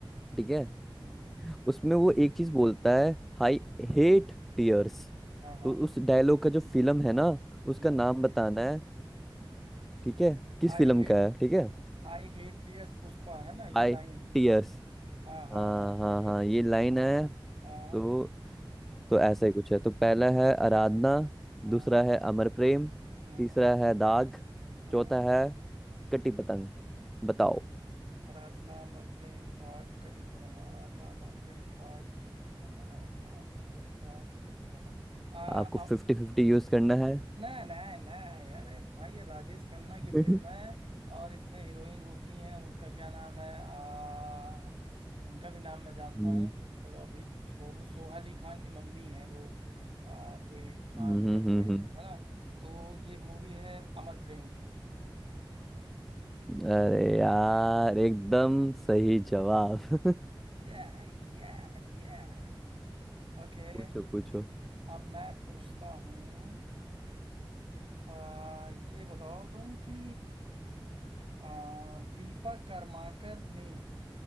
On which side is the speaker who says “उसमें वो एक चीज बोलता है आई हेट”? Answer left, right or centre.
Centre